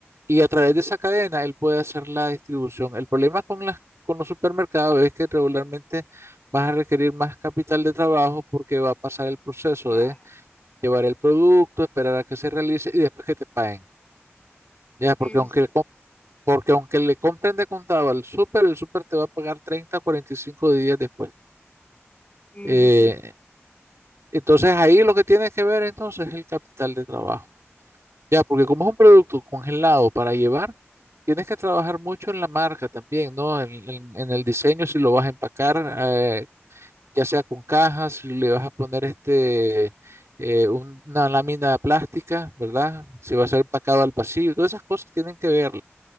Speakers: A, on the right; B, on the left.
A: y a través de esa cadena él puede hacer la distribución. El problema con las, con los supermercados es que regularmente vas a requerir más capital de trabajo porque va a pasar el proceso
B: Claro,
A: de llevar el producto, esperar a que se realice y después que te paguen. Ya, porque
B: ese
A: aunque
B: es el,
A: Porque aunque le compren de contado al súper, el súper te va a pagar treinta cuarenta y cinco días después.
B: ese
A: Eh,
B: es el,
A: entonces ahí lo que tienes que ver entonces es el capital de trabajo. Ya, porque como es un producto congelado para llevar, tienes que trabajar mucho en la marca también, ¿no? En, en- en el diseño, si lo vas a empacar, eh, ya sea con cajas, si le vas a poner este, eh, un- una lámina plástica, ¿verdad? Si va a ser empacado al pasillo, todas esas cosas tienen que ver